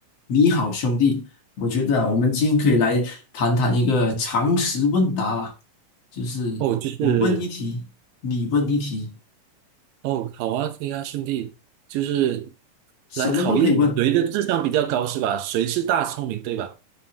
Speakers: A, on the left; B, on the right.
A: 你好，兄弟，我觉得啊，我们今天可以来谈谈一个常识问答吧，就是我问一题，
B: 哦，就是
A: 你问一题，
B: 哦，好啊，可以啊，兄弟，就是
A: 什么都可以问，
B: 来考验谁的智商比较高是吧？谁是大聪明对吧？